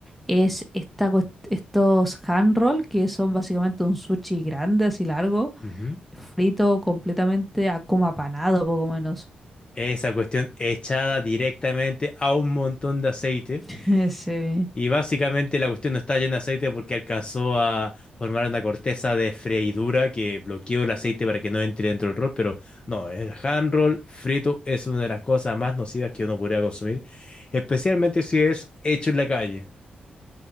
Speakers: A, in the centre; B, on the left.
A: es esta, cuest- estos hand roll, que son básicamente un sushi grande, así largo,
B: Ujú.
A: frito completamente a como apanado, poco menos.
B: Esa cuestión echada directamente a un montón de aceite.
A: <laughs> Ese,
B: Y básicamente la cuestión no está llena de aceite porque alcanzó a formar una corteza de freidura que bloqueó el aceite para que no entre dentro del rol, pero no, el hand roll frito es una de las cosas más nocivas que uno podría consumir, especialmente si es hecho en la calle.